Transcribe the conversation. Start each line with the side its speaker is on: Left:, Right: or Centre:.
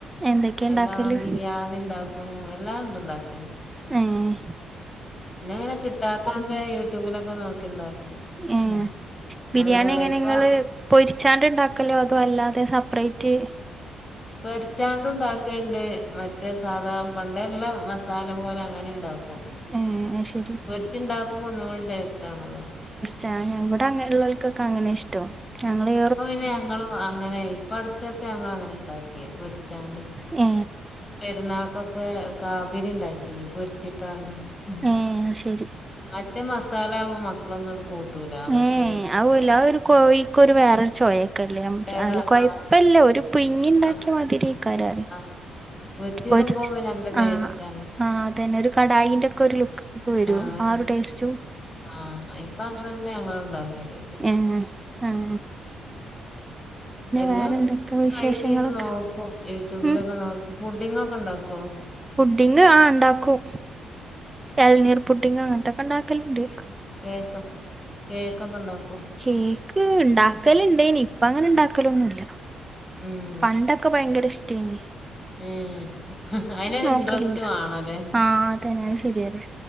Right: എന്തൊക്കെയാ
Left: എല്ലാം
Right: ഉണ്ടാക്കല്
Left: ബിരിയാണി ഇണ്ടാക്കും എല്ലാംണ്ട് ഇണ്ടാക്കണ്ട്
Right: ഏയ്
Left: പിന്നെയങ്ങനെ കിട്ടാത്തൊക്കെ യൂട്യൂബിലൊക്കെ നോക്കി ഇണ്ടാക്കും
Right: ഏഹ്
Left: ഉം നമ്മള്
Right: ബിരിയാണി
Left: വേറെയി
Right: എങ്ങനെ
Left: പ്പൊ
Right: നിങ്ങള് പൊരിച്ചാണ്ട് ഇണ്ടാക്കലൊ അതോ അല്ലാതെ സപ്പറേറ്റ്
Left: പെരിച്ചാണ്ടും ഇണ്ടാക്കണ്ട് മറ്റേ സാധാ പണ്ടേ ഉള്ള മസാല പോലെ അങ്ങനെ ഉണ്ടാവും
Right: ഏഹ് അത് ശരി
Left: പൊരിച്ച്ണ്ടാക്കുമ്പോ ഒന്നും കൂടി ടെയ്സ്റ്റണല്ലോ
Right: ചായ വിടെ അങ്ങനെയുള്ളോൾക്കൊക്കെ അങ്ങനെ ഇഷ്ടോം ഞങ്ങളീ
Left: ഇപ്പൊ പിന്നെ ഞങ്ങളും അങ്ങനെ ഇപ്പൊ അടുത്തൊക്കെ ഞങ്ങൾ അങ്ങനെ ഇണ്ടാക്കി പൊരിച്ചാണ്ട്
Right: ഏ
Left: പെരുന്നാക്കൊക്കെ കാബരി ഇണ്ടാക്കിനി പൊരിച്ചിട്ടാണ്ട് ഉം.
Right: ഏ ശെരി
Left: മറ്റേ മസാലാവുമ്പോ മക്കളൊന്നുട് കൂട്ടൂല മറ്റേ
Right: ഏ ആ ഒരു ല കോഴിക്ക് ഒരു വേറൊരു ചോയൊക്കല്ലേ
Left: വേറെ
Right: അല്ലാ കൊയപ്പല്ല
Left: ആ
Right: ഒരു പുഴുങ്ങിണ്ടാക്കിയ
Left: ആ
Right: മാതിരി ആകാരറിയെ
Left: ആ, പൊരിച്ചിടുമ്പോ
Right: പൊരിച്ച
Left: പിന്നെ നല്ല ടേസ്റ്റാണ്.
Right: ആഹ് അതന്നെ ഒരു കടായിന്റെ ഒക്കെ ഒരു ലുക്ക് വരും
Left: ആഹ്
Right: ആ ടേസ്റ്റും
Left: ആഹ് ഇപ്പൊ അങ്ങനെന്നെ ഞങ്ങള് ണ്ടാക്കല്
Right: ഏയ് ഏഹേ
Left: എല്ലാം
Right: വേറെന്തൊക്കെ വിശേഷങ്ങളൊക്കെ
Left: ട്രൈ ചെയ്ത് നോക്കും യൂട്യൂബിലൊക്കെ
Right: ഉം
Left: നോക്കി പുണ്ടിങ്ങൊ ക്കെ ഇണ്ടാക്കോ
Right: പുഡിങ് ആ ഹ് ഇണ്ടാക്കും ഇളനീർ പുഡിങ് അങ്ങനത്തൊക്കെ ഇണ്ടാക്കല്ണ്ട്
Left: കേക്ക് കേക്കൊക്കെ ഇണ്ടാക്കോ
Right: കേക്ക് ഇണ്ടാക്കൽ ഇണ്ടായിനി ഇപ്പ അങ്ങനെ ഇണ്ടാക്കലൊന്നുല്ല
Left: ഉം
Right: പണ്ടൊക്കെ ഭയങ്കര ഇഷ്ടേന്നി
Left: ഉം അതിനൊരു
Right: നോക്കലില്ല
Left: ഇന്ട്രസ്റ്റ് മാണല്ലേ
Right: ആഹ് അതന്നെ അത് ശരിയാല്ലേ